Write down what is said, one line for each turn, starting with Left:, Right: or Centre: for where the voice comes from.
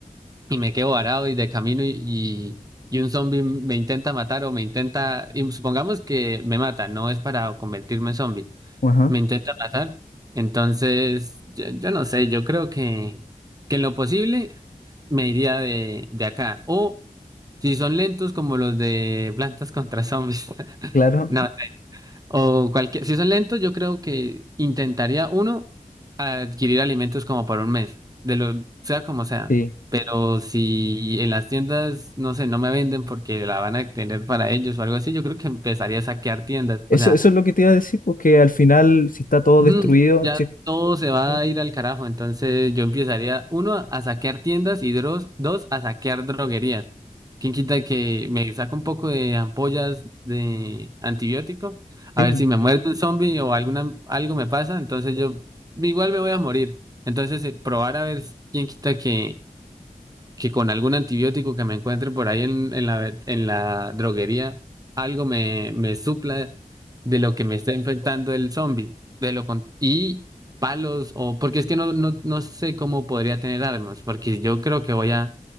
Right: y me quedo varado y de camino y, y y un zombie me intenta matar o me intenta, y supongamos que me mata, no es para convertirme en zombie
Left: Ajá,
Right: me intenta matar. Entonces, yo, yo no sé, yo creo que, que en lo posible me iría de, de acá. O si son lentos como los de Plantas contra Zombies. <laughs>
Left: claro,
Right: No, o cualquier, si son lentos, yo creo que intentaría uno adquirir alimentos como por un mes, de lo sea como sea.
Left: sí.
Right: Pero si en las tiendas, no sé, no me venden porque la van a tener para ellos o algo así, yo creo que empezaría a saquear tiendas.
Left: Eso,
Right: O sea,
Left: eso es lo que te iba a decir, porque al final, si está todo
Right: Ujú,
Left: destruido,
Right: Ya
Left: sí,
Right: todo se va
Left: sí,
Right: a ir al carajo, entonces yo empezaría, uno, a saquear tiendas y dros- dos, a saquear droguerías. ¿Quién quita que me saca un poco de ampollas de antibiótico?
Left: pues,
Right: A ver si me muerde un zombie o alguna, algo me pasa, entonces yo igual me voy a morir. Entonces, eh, probar a ver quién quita que que con algún antibiótico que me encuentre por ahí en, en la, vet- en la droguería, algo me, me supla de lo que me está infectando el zombie. De lo con- y palos, o porque es que no, no, no sé cómo podría tener armas, porque yo creo que voy a,